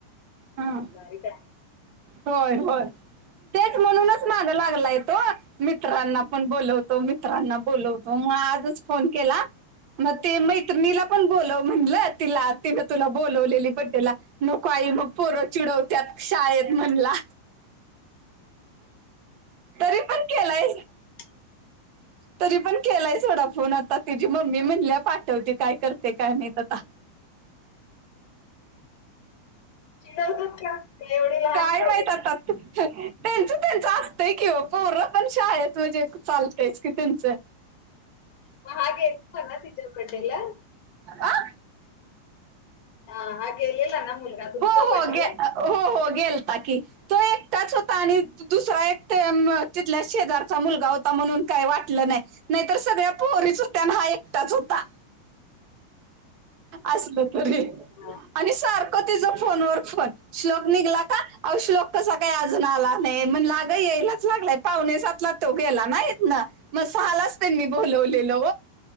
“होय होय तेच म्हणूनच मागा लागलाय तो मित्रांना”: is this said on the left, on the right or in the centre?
Right